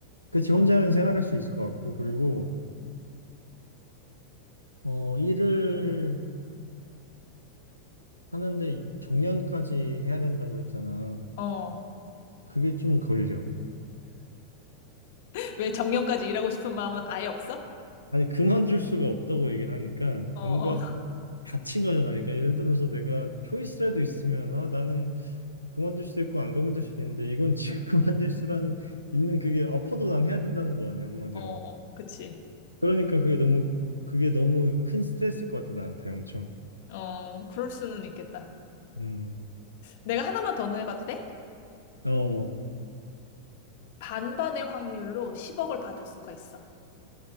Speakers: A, on the left (about 80°); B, on the left (about 50°).
A: 그치, 혼자면 생활할 수 있을 것 같고, 그리고, 어, 일을 하는데 정년까지 해야 된다고 했잖아.
B: 어.
A: 그게 좀 걸려.
B: <laughs> 왜 정년까지 일하고 싶은 마음은 아예 없어?
A: 아니, 그만둘 수가 없다고 얘기를 하니까
B: 어,
A: 뭔가
B: 어, <laughs>
A: 갇힌 거잖아. 그러니까 예를 들어서 내가 초이스라도 있으면 아, 나는 그만둘 수도 있고 안 그만둘 수도 있는데 이건 지금 <laughs> 그만둘 수라는 있는 그게 아파도 난 해야 된다는 거 아니야, 한마디로.
B: 어, 어, 그치.
A: 그러니까 그게 너무 그게 너무 큰 스트레스일 것 같아, 나한테 엄청.
B: 어, 그럴 수는 있겠다.
A: 음.
B: 내가 하나만 더 해봐도 돼?
A: 어.
B: 반반의 확률로 10억을 받을 수가 있어.